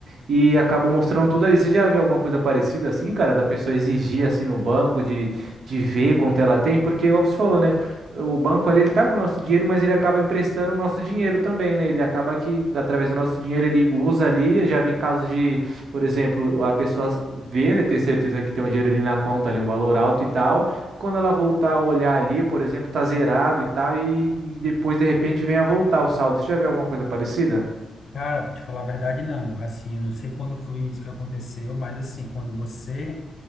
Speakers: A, on the right; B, on the left.
A: e acabou mostrando tudo ali. Você já viu alguma coisa parecida assim, cara, da pessoa exigir assim no banco, de, de ver quanto ela tem? Porque, igual você falou, né, o banco ali, ele tá com o nosso dinheiro, mas ele acaba emprestando o nosso dinheiro também, né? Ele acaba que, através do nosso dinheiro, ele usa ali, eu já vi casos de por exemplo, a pessoa vê, né, ter certeza que tem um dinheiro ali na conta, ali um valor alto e tal. Quando ela voltar a olhar ali, por exemplo, tá zerado e tal, e e depois de repente vem a voltar o saldo. Você já viu alguma coisa parecida?
B: cara, para te falar a verdade, não. Assim, eu não sei quando foi isso que aconteceu, mas assim, quando você